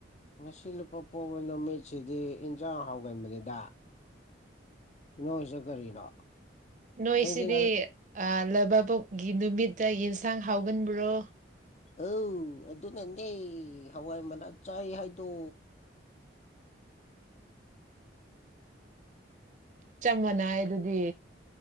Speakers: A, on the left (about 35°); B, on the right (about 40°).
A: ꯉꯁꯤ ꯂꯨꯄꯥ ꯄꯣꯛꯕ ꯅꯨꯃꯤꯠꯁꯤꯗꯤ ꯏꯟꯖꯥꯡ ꯍꯥꯎꯒꯟꯕꯅꯤꯗ ꯅꯣꯏꯖꯨ ꯀꯔꯤꯅꯣ
B: ꯅꯣꯏꯁꯤꯗꯤ
A: ꯑꯩꯗꯤ ꯉ
B: ꯑ ꯂꯩꯕꯕꯣꯛꯒꯤ ꯅꯨꯃꯤꯠꯇ ꯌꯦꯟꯁꯥꯡ ꯍꯥꯎꯒꯟꯕ꯭ꯔꯣ
A: ꯑꯧ ꯑꯗꯨꯅꯅꯦ ꯍꯋꯥꯏꯃꯅꯥ ꯆꯥꯏ ꯍꯥꯏꯗꯣ
B: ꯆꯞ ꯃꯥꯟꯅꯩ ꯑꯗꯨꯗꯤ